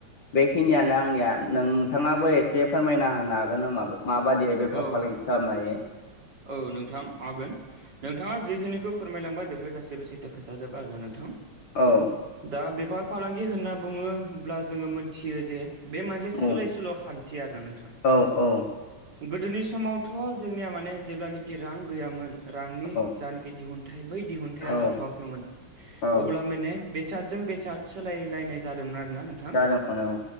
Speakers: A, on the left; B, on the right.
A: बेखिनियानो आंनिया नोंथाङाबो एसे फोरमायना होनो हागोन नोमाबो माबादिहाय बेफार
B: औ
A: फालांगि खालामनो हायो
B: औ नोंथां हागोन नोंथाङा जिखिनिखौ फोरमायलांबाय बेफोर गासैबो सैथो खोथाजोब आरो ना नोंथां
A: औ
B: दा बेफार फालांगि होनना बुङोब्ला जोङो मोनथियो जे बे मोनसे
A: औ
B: सोलाय सोल' खान्थि आरोना नोंथां
A: औ औ
B: गोदोनि समावथ' जोंनिया माने जेब्लानोखि रां गैयामोन रांनि
A: औ
B: जानाखि दिहुनथाइ बै दिहुनथाया
A: औ
B: जाथ'वाखैमोन
A: औ
B: अब्ला माने बेसादजों बेसाद सोलायलायनाय जादोंमोन आरोना नोंथां
A: जादोंमोन औ